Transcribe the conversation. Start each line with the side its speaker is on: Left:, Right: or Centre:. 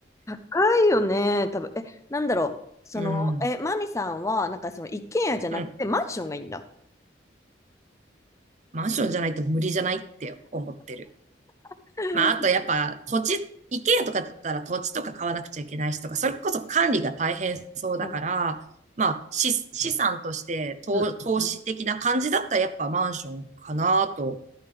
Left: 高いよね、多分。え、なんだろう。その、
Right: うん。
Left: え、マミさんは、なんかその一軒家じゃなくてマンションがいいんだ。
Right: うん。マンションじゃないと無理じゃないって思ってる。
Left: <laughs>
Right: まあ、あとやっぱ土地、イケアとかだったら土地とか買わなくちゃいけないしとか、それこそ管理が大変そうだから、
Left: あ
Right: まあ、資、資産として投、
Left: うんうんうん
Right: 投資的な感じだったらやっぱマンションかなと。